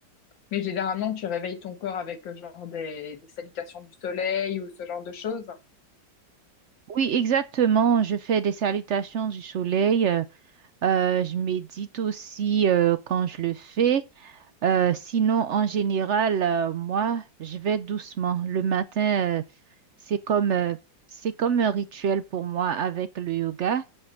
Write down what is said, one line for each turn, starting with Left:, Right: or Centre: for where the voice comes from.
Left: Mais généralement, tu réveilles ton corps avec euh, genre des, des salutations du soleil ou ce genre de choses.
Right: Oui, exactement. Je fais des salutations du soleil. euh, euh, je médite aussi euh, quand je le fais. Euh, sinon, en général, euh, moi, je vais doucement. Le matin, euh, c'est comme, euh, c'est comme un rituel pour moi avec le yoga.